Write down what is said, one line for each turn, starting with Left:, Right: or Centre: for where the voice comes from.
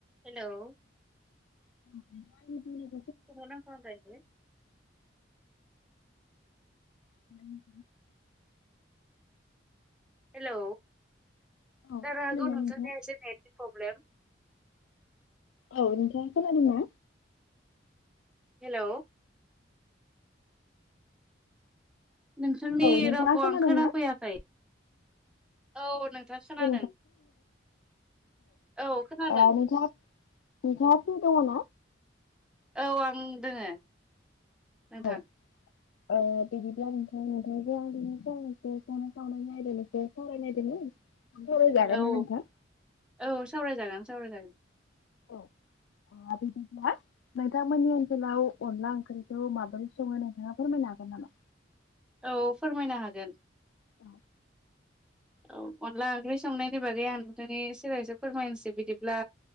Centre: Hello
Left: <inaudible>
Centre: <unintelligible>
Left: <inaudible>
Centre: hello
Left: औ खोनादोंना
Centre: जानो हागौ नोंथांनिआ
Left: नोंथां?
Centre: एसे नेटनि प्रब्लेम।
Left: औ नोंथां खोनादोंना?
Centre: हेलौ नोंथांनि
Left: औ नोंथाङा
Centre: रावखौ
Left: खोनादोंना?
Centre: आं खोनाफैयाखै औ। नोंथां
Left: <unintelligible>
Centre: खोनादों
Left: औ
Centre: औ खोनादों
Left: ओ नोंथाङा नोंथाङा फ्रि दङ ना?
Centre: औ आं दोङो नोंथां।
Left: औ ओ बिदिब्ला नोंथां नोंथांजों आं दिनै फंनैसो संनाय खावनायनि आयदानि सायाव सावरायनो नायदोंमोन। सावराय जागोन
Centre: औ
Left: ना नोंथां?
Centre: औ सावरायजागोन सावरायजागोन।
Left: औ ओ बिदिब्ला नोंथांमोननि ओनसोलाव अनला ओंख्रिखौ माबोरै सङो नोंथाङा फोरमायनो हागोन नामा?
Centre: औ फोरमायनो हागोन।
Left: औ
Centre: औ अनला ओंख्रि संनायनि बागै आं नोंथांनि सेराय एसे फोरमायसै बिदिब्ला